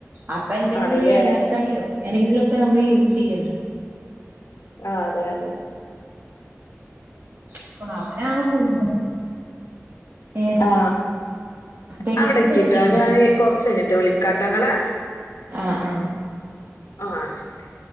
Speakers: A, on the right; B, on the left.
A: അപ്പൊ എന്തെങ്കിലും
B: ആണ്ല്ലേ
A: ഒരു എണ്ണക്കടിയോ ഏതെങ്കിലു ഒക്കെ നമ്മള് യൂസ് ചെയ്യല്ലോ
B: ആ അതെ അതെ
A: അപ്പൊ അവരാണ് കൂടുതൽ ഏതാ
B: ആ
A: ദൈവം
B: അവിടക്കെട്ടോ
A: രക്ഷിക്കട്ടെ
B: ഞാന് കൊറച്ച് കഴിഞ്ഞി ട്ട് വിളിക്കാട്ടെങ്ങളെ
A: ആ ആ
B: ആ ശരി